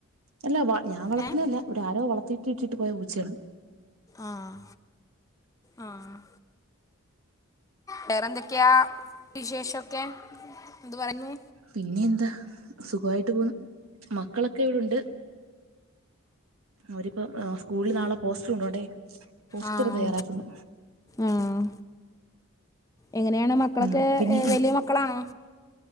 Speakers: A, on the right; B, on the left.
A: അല്ല വ ഞാൻ വളർത്തുന്നല്ല
B: ഏ
A: ഒര ആരോ വളർത്തിട്ട് ഇട്ടിട്ട് പോയ പൂച്ചയാണ്
B: ആഹ്... ആ... ഹ് വേറെന്തൊക്കെയാ വിശേഷൊക്കെ എന്തു പറന്നു
A: പിന്നെയെന്താ സുഖവായിട്ട് പോന്ന് മക്കളൊക്കെ ഇവിടൊണ്ട് ഒരിപ്പ സ്കൂളിൽ നാളെ പോസ്റ്ററ് കൊണ്ടോണ്ടേ പോസ്റ്റർ
B: ആഹ്
A: തയ്യാറാക്കുന്നു
B: ആഹ് എങ്ങനെയാണ് മക്കളൊക്കെ
A: ഉം പിന്നെ
B: വലിയ മക്കളാണോ